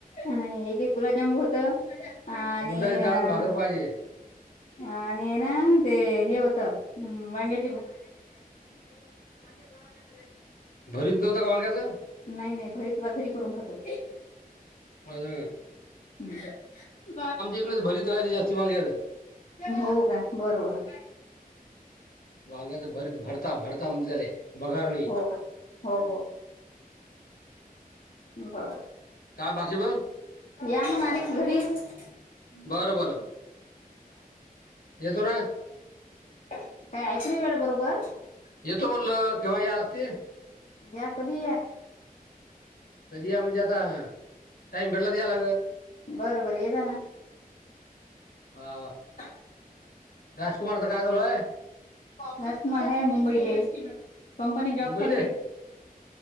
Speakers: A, on the left (about 60°); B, on the left (about 75°).
A: नाही एक एक गुलाबजाम होत आणि
B: उडदाची
A: अ
B: डाळ आणि भाकर पाहिजे
A: आणि ना ते हे होतं वांग्या
B: माज क पनीर दोन वाट खलं भरीत नव्हत कां वांगायचं
A: नाही नाही भरीत घरी करून खातो
B: अज
A: हम्म
B: इकडेच भरीत राहते जास्ती वांग्याचं
A: हो का बरोबर
B: वाग्याच भरीच भरता भरता मग झाले बगार नाही
A: हो हो हो बर
B: काय बाकी बघ
A: या मग आले की घरी अ
B: बर बर येतो ना
A: काय ऐकरी वेळ बरोबर
B: येतो म्हणलं केव्हा या लागते
A: घ्या कधीया
B: कधी या म्हणजे आता टाइम भेडला याला
A: बरं बरं ये जा ना
B: हा वा
A: बर
B: राजकुमार च काय झालं
A: राजकुमार हाय मुंबईले कंपनी जॉब
B: मुंबईले
A: करते